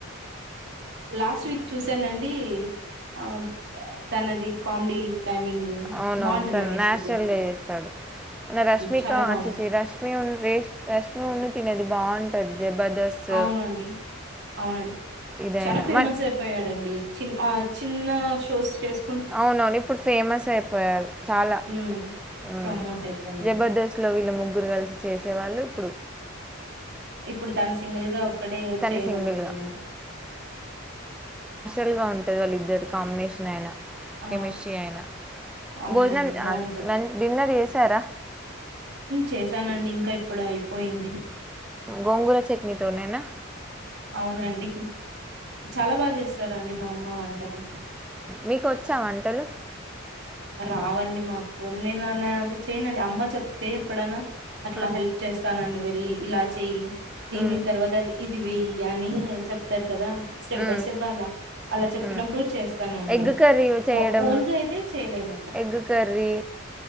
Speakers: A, on the right (about 55°); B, in the centre.
A: లాస్ట్ వీక్ చూసానండి ఆ తనది కామెడీ టైమింగ్
B: అవునవును
A: బాగుంటుందండి
B: తను నాచురల్
A: సుధీర్ది
B: గా చేస్తాడు రష్మిక
A: చాలా బాగుంటుంది
B: చీ చీ రష్మి ఉ రేష్మ ర న్ తినేది బాగుంటది జబర్దస్త్
A: అవునండి అవునండి
B: ఇదైనా
A: చానా ఫేమస్
B: మ
A: అయిపోయాడండి చి ఆ చిన్న షోస్ చేసుకు
B: అవునవును ఇప్పుడు ఫేమస్ అయిపోయాడు చాలా
A: మ్మ్
B: మ్
A: ప్రమోట్ అయిపోయినాడు
B: జబర్దస్త్ లో వీళ్ళ ముగ్గురు కలిసి చేసి చ్చే వాళ్ళు ఇప్పుడు
A: ఇప్పుడు తను సింగల్ గా ఒక్కడే
B: తను
A: చేయగలుగుతున్నాడు
B: సింగిల్గా ల్ గా ఉంటు వాళ్ళిద్దరు కాంబినేషన్ అయినా
A: ఆ
B: కెమిస్ట్రీ అయినా
A: అవునండి
B: భోజనం
A: బాగుంటది
B: డిన్నర్ చేసారా
A: చేశానండి ఇంకా ఇప్పుడు అయిపోయింది
B: గంగూలు చ చెట్ని దోననా
A: అవునండి చాలా బాగా చేస్తారండి మా అమ్మ అంటారు
B: మీకొచ్చాం వంటలు
A: రావండి మాకు నేను అన్న అంత చేయనండి అమ్మ చెప్తే ఎప్పుడనా అట్లా
B: ఆ
A: హెల్ప్ చేస్తానండి వెళ్ళ ఇలా చెయ్యి దీని
B: ఉమ్
A: తర్వాత ఇది వెయ్యి అని చెప్తారు కదా స్టెప్
B: ఉమ్
A: బై స్టెప్ అలా అలా చెప్పినప్పుడు
B: ఉమ్
A: చేస్తానండిఓ
B: ఎగ్ కర్రీ చేయడం
A: ఓన్గా అయితే చేయలేను
B: egg curry